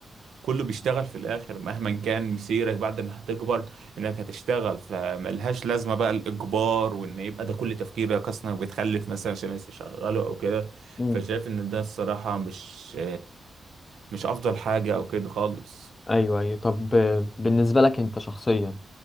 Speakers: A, on the right; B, on the left.
A: كله بيشتغل في الاخر مهما كان مسيرك بعد ما هتكبر انك هتشتغل فملهاش لازمة بقى الاجبار وان يبقى ده كل تفكيرك اصلا بتخلف مثلا عشان لسه شغاله او كده
B: <laughs> مم.
A: فشايف ان ده الصراحة مش مش افضل حاجة او كده خالص
B: أيوه أيوه طب آه، بالنسبة لك أنت شخصيا